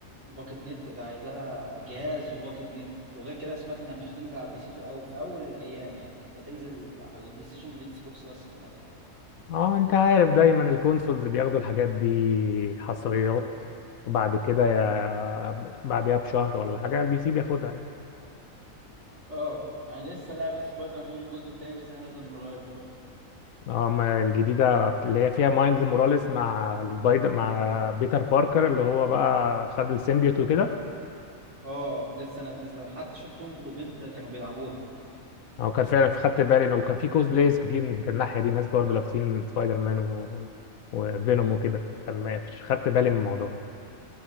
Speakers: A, on the right; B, on the left.
A: باكت نت ده عايزة لها جهاز وباكت نت وغير كده أنا سمعت انها مش هتنزل على البي سي في الاول في اول الايام يعني هتنزل على البلاي ستيشن والاكس بوكس بس في الاول
B: اه انت عارف دايما الكونسولز بياخدوا الحاجات دي حصريات وبعد كده يا- بعديها بشهر ولا حاجة البي سي بياخدها
A: اه يعني لسه لعبة سبايدر مان الجزء التاني لسه نازلة من قريب برضه
B: اه ما الجديدة اللي هي فيها مايلز موراليس مع السبايدر مع بيتر باركر اللي هو بقى خد السيمبيوت وكده
A: اه لسه نازلة حتى شفتهم في الايفنت كانوا بيلعبوها
B: او كان فعلا خدت بالي انه كان في كوز بلايز كتير في الناحية دي ناس برضه لابسين سبايدر مان و... وفينوم وكده كان ما خدت بالي من الموضوع ده